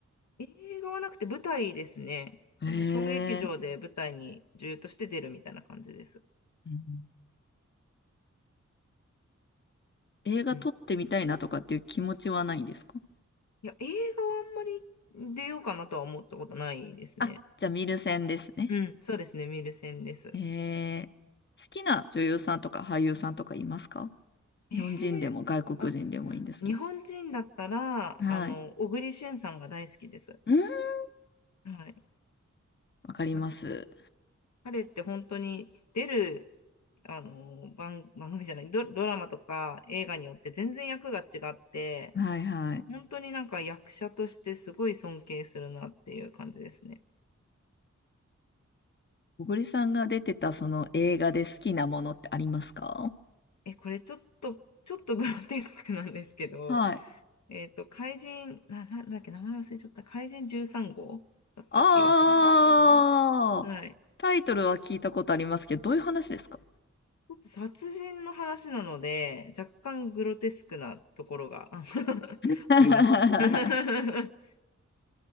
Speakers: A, on the left; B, on the left.
A: 映画はなくて舞台ですね。
B: へえ、
A: あの、小劇場で舞台に女優として出るみたいな感じです。
B: うん映画撮ってみたいなとかっていう気持ちはないんですか
A: うん。いや、映画はあんまり出ようかなとは思ったことないですね。
B: あ、じゃあ見る専ですね。
A: うん、そうですね、見る線です。
B: へえ、好きな女優さんとか俳優さんとかいますか日本人でも外国人でもいいんですけど。
A: えー、あ、日本人だったら、
B: はい。
A: あの、小栗旬さんが大好きです。
B: うん
A: はい。
B: わかります。
A: なんか、彼って本当に出る、あの、番、番組じゃない、ド、ドラマとか映画によって全然役が違って、
B: はいはい。
A: 本当になんか役者としてすごい尊敬するなっていう感じですね。
B: 小栗さんが出てたその映画で好きなものってありますか
A: え、これちょっと、ちょっとグロテスクなんですけど、
B: はい。
A: えっと、怪人、な、なんだっけ、名前忘れちゃった、怪人13号だった気がするんですけど、
B: ああ、
A: はい。
B: タイトルは聞いたことありますけど、どういう話ですか
A: ちょっと殺人の話なので、若干グロテスクなところが <laughs>
B: <laughs>
A: あります。<laughs>